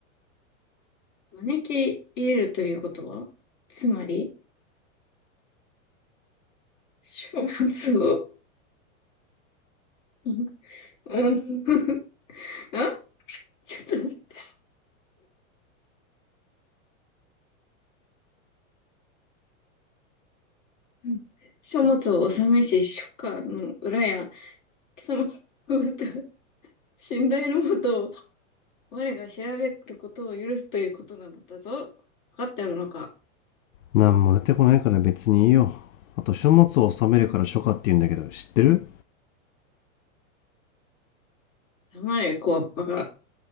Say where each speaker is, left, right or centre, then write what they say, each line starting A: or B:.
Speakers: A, on the left (about 35°); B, on the left (about 75°).
A: 招き入れるということは、つまり、書物を、んうん、あちょっと待って、うん書物を納めし、書家の裏や、貴様の歌信頼のもとを、我が調べることを許すということなのだぞ。わかっておるのか。
B: なんも出てこないから別にいいよ。あと書物を収めるから書家って言うんだけど、知ってる
A: 黙れ、小わっぱが。